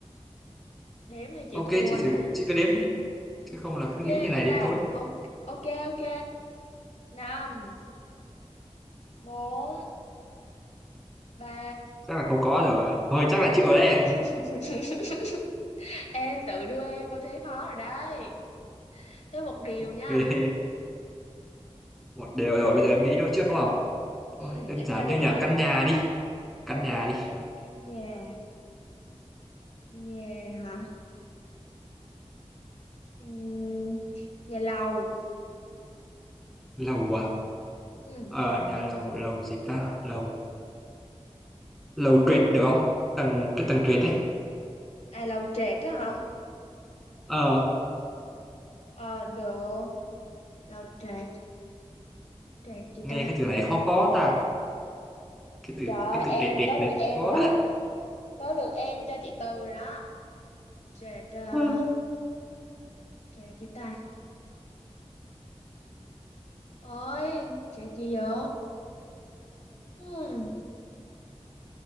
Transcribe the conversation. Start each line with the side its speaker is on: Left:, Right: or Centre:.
Left: Đếm thì chịu
Centre: ok
Left: thua
Centre: chị thử
Left: nè.
Centre: chị cứ đếm đi chứ không là
Left: Ghê
Centre: cứ nghĩ như
Left: vậy
Centre: này đến
Left: ta.
Centre: tối
Left: Ok ok. ok. năm bốn ba
Centre: chắc là không có rồi thôi chắc
Left: <laughs>
Centre: là chịu rồi đấy
Left: Em tự đưa em vào thế khó rồi đấy. Thế một điều
Centre: <laughs> ok
Left: nha.
Centre: một đều rồi bây giờ em nghĩ đó trước đúng không
Left: Ừ,
Centre: thôi đơn
Left: em
Centre: giản
Left: cho đề
Centre: thôi nhỉ
Left: đây.
Centre: căn nhà đi căn nhà đi
Left: Căn nhà, nhà hả? Ừ, nhà lầu.
Centre: lầu à
Left: Ừ.
Centre: ờ nhà lầu lầu gì ta lầu lầu trệt được không tầng cái tầng trệt đấy
Left: À, lầu trệt đó hả?
Centre: ờ
Left: Ờ, được. Lầu trệt, trệt gì
Centre: nghe
Left: ta?
Centre: cái từ này khó khó ta cái từ
Left: Trời ơi,
Centre: cái
Left: em,
Centre: từ trệt trệt
Left: tới
Centre: này
Left: lượt em
Centre: khó
Left: rồi đó. Tới lượt em cho chị Từ rồi đó. Trệt, ờ,
Centre: Ơ,
Left: trệt gì ta? Ôi, trệt gì vậy? Hmm,